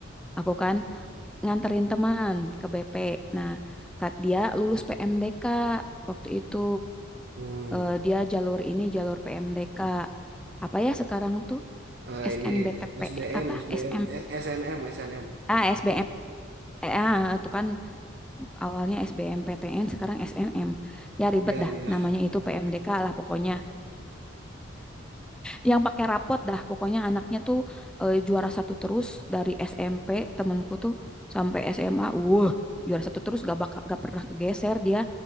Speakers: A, in the centre; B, on the right.
A: aku kan nganterin teman ke BP nah kat- dia lulus PMDK waktu itu
B: Hmm.
A: Eh, dia jalur ini jalur PMDK apa ya sekarang tuh
B: Eh,
A: SNBTP
B: ini SBM,
A: apa
B: SBM,
A: SM
B: S- SNM, SNM.
A: ah SBM eh, ah, itu kan awalnya SBMPTN sekarang SNM ya ribet
B: Ya,
A: dah
B: ya.
A: namanya itu PMDK lah pokoknya yang pakai rapot dah pokoknya anaknya tuh eh, juara satu terus dari SMP temanku tuh sampai SMA wah juara satu terus gak bakal gak pernah kegeser dia